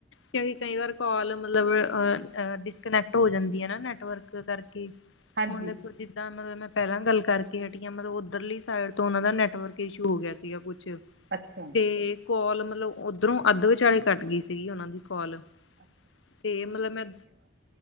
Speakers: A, on the left; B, on the right.
A: ਕਿਉਂਕਿ ਕਈ ਵਾਰ ਕਾਲ ਮਤਲਬ ਡਿਸਕਨੈਕਟ ਹੋ ਜਾਂਦੀ ਆ ਨਾ ਨੈਟਵਰਕ ਕਰਕੇ
B: ਹਾਂਜੀ
A: ਫੋਨ ਲੈਖੋ <unintelligible> ਜਦਾਂ ਮਤਲਬ ਮੈਂ ਪਹਿਲਾਂ ਗੱਲ ਕਰਕੇ ਹਟੀਆਂ ਮਤਲਬ ਉੱਧਰਲੀ ਸਾਈਡ ਤੋਂ ਉਹਨਾਂ ਦਾ ਨੈਟਵਰਕ ਇਸ਼ੂ ਹੋ ਗਿਆ ਸੀਗਾ ਕੁਛ।
B: ਅੱਛਾ
A: ਤੇ ਕੋਲ ਮਤਲਬ ਉੱਧਰੋਂ ਅੱਧ ਵਿਚਾਲੇ ਕੱਟ ਗਈ ਸੀਗੀ ਉਹਨਾਂ ਦੀ ਕੋਲ
B: ਅੱਛਾ ਅੱਛਾ <unintelligible>
A: ਤੇ ਮਤਲਬ ਮੈਂ